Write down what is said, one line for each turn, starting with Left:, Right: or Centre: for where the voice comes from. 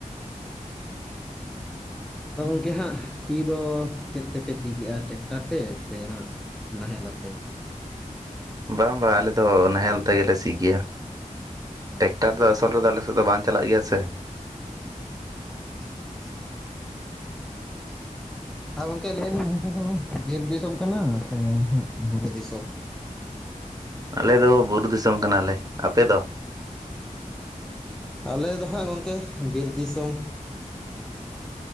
Centre: ᱟᱫᱚ ᱜᱚᱢᱠᱮ ᱦᱟᱸᱜ ᱥᱤ ᱫᱚ ᱪᱮᱫ ᱛᱮᱯᱮ ᱥᱤ ᱠᱮᱜᱼᱟ ᱴᱮᱠᱴᱟᱨ ᱛᱮ ᱥᱮ ᱦᱟᱸᱜ ᱱᱟᱦᱮᱞ ᱟᱛᱮ?
Right: ᱵᱟᱝ ᱵᱟᱝ ᱟᱞᱮ ᱫᱚ ᱱᱟᱦᱮᱞ ᱛᱮᱜᱞᱮ ᱥᱤ ᱜᱮᱭᱟ᱾
Centre: ᱚ
Right: ᱴᱮᱠᱴᱟᱨ ᱫᱚ ᱟᱥᱚᱞ ᱨᱮᱫᱚ ᱥᱮᱫ ᱫᱚ ᱵᱟᱝ ᱪᱟᱞᱟᱜ ᱜᱮᱭᱟ ᱥᱮ
Centre: ᱟᱪᱪᱷᱟ ᱟᱪᱪᱷᱟ ᱦᱮᱸ ᱜᱚᱝᱠᱮ ᱞᱟᱹᱭ ᱮᱫ ᱫᱚ ᱵᱤᱨ ᱫᱤᱥᱚᱢ ᱠᱟᱱᱟ ᱥᱮ ᱵᱩᱨᱩ ᱫᱤᱥᱚᱢ?
Right: ᱟᱞᱮ ᱫᱚ ᱵᱩᱨᱩ ᱫᱤᱥᱚᱢ ᱠᱟᱱᱟᱞᱮ᱾ ᱟᱯᱮ ᱫᱚ?
Centre: ᱟᱞᱮ ᱫᱚ ᱦᱟᱸᱜ ᱜᱚᱝᱠᱮ ᱵᱤᱨ ᱫᱤᱥᱚᱢ᱾